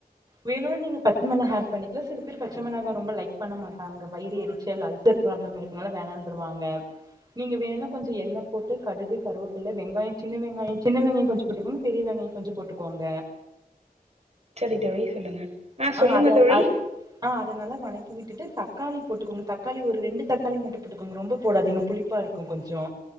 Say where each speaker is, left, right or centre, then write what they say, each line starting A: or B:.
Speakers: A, on the right; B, on the right.
A: வேணுனா நீங் பச்ச மிளகா ஆட் பண்ணிக்கலா சில பேர் பச்ச மிளகா ரொம்ப லைக் பண்ண மாட்டாங்க வயிறு எரிச்சல் அல்சர் ப்ராப்ளம் இருக் துனால வேணான்றுவாங்க நீங்க வேணுனா கொஞ்சோ எண்ண போட்டு கடுகு கருவேப்புல வெங்காயோ சின்ன வெங்காயோ சின்ன வெங்காயோ கொஞ்சோ போட்டுக்கோங் பெரிய வெங்காயோ கொஞ்சொ போட்டுக்கோங்க
B: சரி தோழி சொல்லுங்க ஆ
A: அ
B: சொல்லுங்க
A: அது அது
B: தோழி
A: அஹ் அ அத நல்லா வணக்கி விட்டுட்டு தக்காளி போட்டுக்கோங்க தக்காளி ஒரு ரெண்டு தக்காளி மட்டு போட்டுக்கோங்க ரொம்ப போடாதீங்க புளி ப்பா இருக்கு கொஞ்சோ